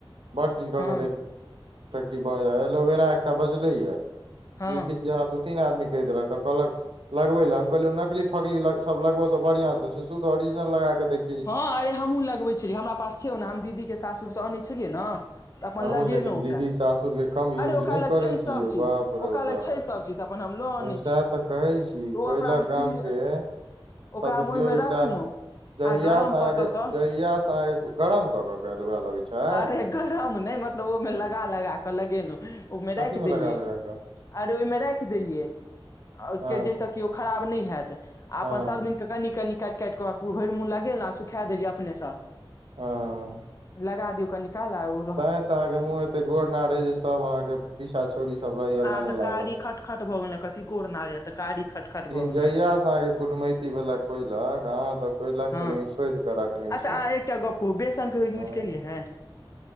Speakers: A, on the right; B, on the left.
A: ब चीज क
B: हँ
A: के देखौ एलोवेरा एकटा बजले या
B: हँ
A: ई तीन आदमी क देलकल लगे ल कह नकली फकली लगबे से बढ़िया ओरिजनाल लगाकेै
B: हँ अरे हमहूँ लगबै छलियै हमरा पास छियौ ने हम दीदीे सासुर से अनै छलियै ने तऽ अपन
A: अहूँ
B: लगेलहुँ
A: लेकिन दीदी
B: ओकरा
A: सासुरके कम यूज
B: अरे ओकरा
A: नहि
B: लग
A: करै
B: छै
A: छिय
B: सभ
A: यौ
B: चीज
A: बाप रौ
B: ओकरा
A: बाप
B: लग छै सभ चीज तऽ अपन हम लऽ अनै
A: सएह
B: छी
A: तऽ कहै छी
B: तऽ ओ
A: कोयला
B: ओकरा हम
A: गामके
B: फ्रिज
A: सदुपयोग
B: ओकरा हम ओहिमे
A: एकटा
B: रखलहुँ
A: जहियासँ
B: आ गरम
A: अहाँके
B: कऽ कऽ के
A: जहियासँ अहाँके गरम कऽ कऽ काल ओकरा लगैत छै
B: अरे गरम नहि मतलब ओहिमे लगा लगा कऽ लगेलहुँ ओहिमे
A: कथी
B: राखि
A: मे
B: देलियै
A: लगा लगा कऽ
B: अरे ओहिमे राखि देलियै
A: हँ
B: जाहिसँ कि ओ खराब नहि हैत आ
A: हँ
B: अपन सभ दिननके कनि कनि काटि काटि कऽ हरि मन लागे ने आ सुखा देेलियै अपनेसँ
A: ह
B: लगा दियऔ कनि काल आउ
A: तैं तऽ अहाँके मुँह एते गोड़ना रहे जे सब अहाँके पीछा छोड़री सब रहैया लाइन
B: आब तऽ
A: लागल
B: कारी खटखट भ गेल ने की गोड़ नारे तऽाड़ी खटखट भऽ गेल
A: जहियास से अहाँके कुटमैती भेला कोयलक अहाँ तऽ कोयलक
B: हँ
A: के लेकिन शोध के रखने
B: अच्छा
A: छियै
B: अहाँ एकटा गप कहू बेसनके यूज
A: हँ
B: केलियै है